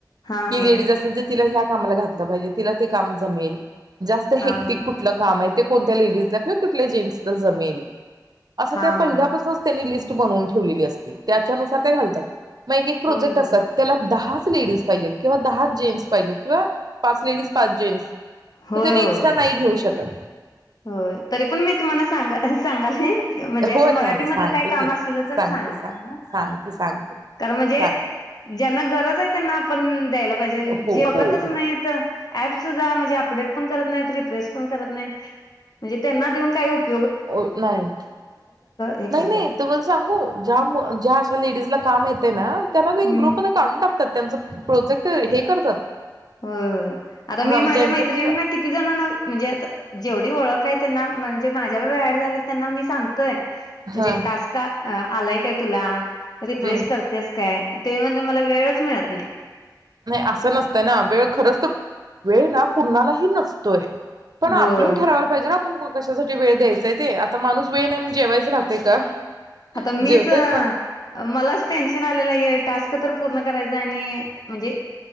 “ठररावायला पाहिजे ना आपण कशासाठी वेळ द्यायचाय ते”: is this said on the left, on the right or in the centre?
Right